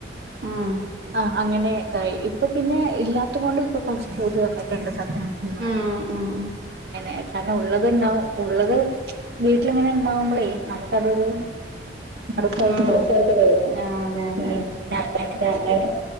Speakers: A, on the right; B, on the right.
A: ഉം
B: ആ അങ്ങനെ ഇതായി ഇപ്പൊ പിന്നെ ഇല്ലാത്ത കൊണ്ട് ഇപ്പൊ കുറച്ച് <unintelligible> വന്നിട്ടുണ്ട് <unintelligible> <unintelligible>
A: ഉം ഉം
B: കാരണം ഉള്ളത്ണ്ടാവ ഉള്ളത് വീട്ടിലിങ്ങനെ ഉണ്ടാവുമ്പോളേ നമുക്കതൊരു മടുപ്പായിട്ട്
A: ആ <unintelligible> ആ അതെ അതെ
B: അങ്ങെനെ
A: ആങ്ങെളെടെ